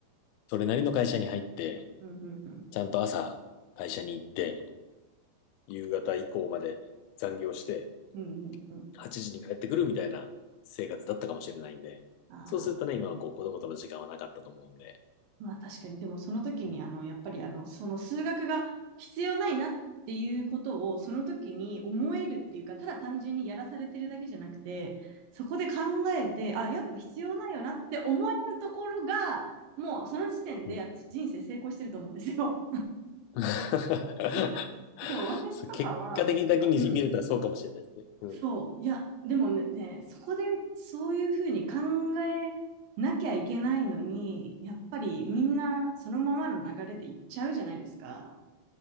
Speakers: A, on the left; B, on the right.
A: それなりの会社に入って、
B: うんうんうん。
A: ちゃんと朝会社に行って、夕方以降まで残業して、
B: うんうんうん
A: 8時に帰ってくるみたいな生活だったかもしれないんで、
B: あ
A: そうするとね、今はこう子供との時間はなかったと思うんで、
B: まあ確かに、でもその時にあの、
A: うん。
B: やっぱりあの、その数学が必要ないなっていうことをその時に思えるっていうか、ただ単純にやらされてるだけじゃなくて、そこで考えて、あ、やっぱ必要ないよなって思えるところが、もうその時点で私人生成功してると思うんですよ。
A: うん。<laughs>
B: <laughs> そう、私とかは、
A: そう結果的だけに見れたらそうかもしれないですね。
B: なんかうん、
A: うん。
B: そう。いや、でもね、ねそこでそういうふうに考えなきゃいけないのに、やっぱりみんなそのままの流れで行っちゃうじゃないですか。